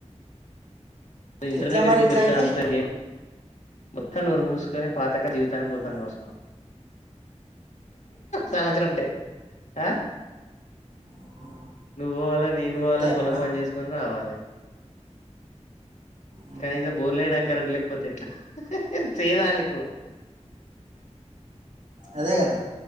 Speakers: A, on the left; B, on the right.
A: ఇంటర్నెట్
B: ఎట్లా మరి
A: ఇప్పుడు
B: ఇట్లా
A: పెద్ద
B: అయితే
A: అంత గేమ్ మొత్తం నోరు మూసుకొని, పాతక జీవితానికి
B: ఉమ్,
A: పోతం కావచ్చు మనం. సంవత్సరం ఉంటే. ఆ,
B: ఉమ్,
A: నువు పోవాలె నేను పోవాలె,
B: అంతే అంటావా
A: పొలం పని చేసుకొని రావాలె.
B: ఉమ్,
A: కనీసం బోర్లేయడానికి కరెంటు లేకపోతే ఎట్లా? చేదాలి ఇప్పుడు.
B: అదే కదా.